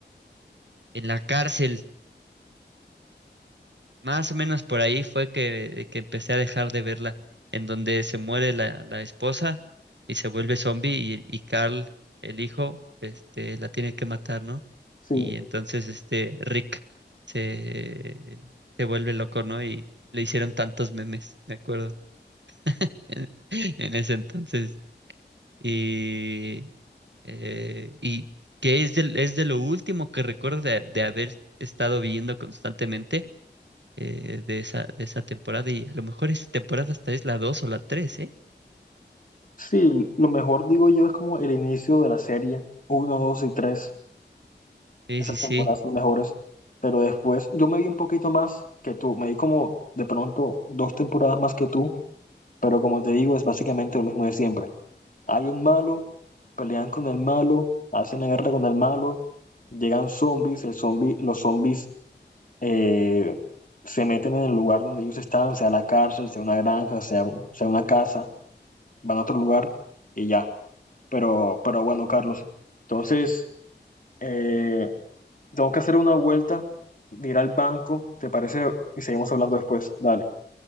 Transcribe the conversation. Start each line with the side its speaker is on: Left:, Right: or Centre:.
Right: en la cárcel Más o menos por ahí fue que, que empecé a dejar de verla, en donde se muere la, la esposa y se vuelve zombie y, y Carl, el hijo, este, la tiene que matar, ¿no?
Left: sí,
Right: Y entonces este Rick se, se vuelve loco, ¿no? Y le hicieron tantos memes, me acuerdo, <laughs> en, en ese entonces. Y, eh, y que es de, es de lo último que recuerdo de de haber estado viendo constantemente eh, de esa, de esa temporada. Y a lo mejor esta temporada hasta es la 2 o la tres ¿eh?
Left: sí, lo mejor digo yo es como el inicio de la serie, uno, dos y tres,
Right: Sí,
Left: esas
Right: sí, sí.
Left: temporadas son mejores, pero después yo me vi un poquito más que tú, me vi como de pronto dos temporadas más que tú Pero como te digo, es básicamente lo mismo de siempre. Hay un malo, pelean con el malo, hacen la guerra con el malo, llegan zombies, el zombi, los zombies eh, se meten en el lugar donde ellos están, sea la cárcel, sea una granja, sea, un- sea una casa, van a otro lugar y ya. Pero, pero bueno, Carlos, entonces eh, tengo que hacer una vuelta, ir al banco, ¿te parece? Y seguimos hablando después. Dale.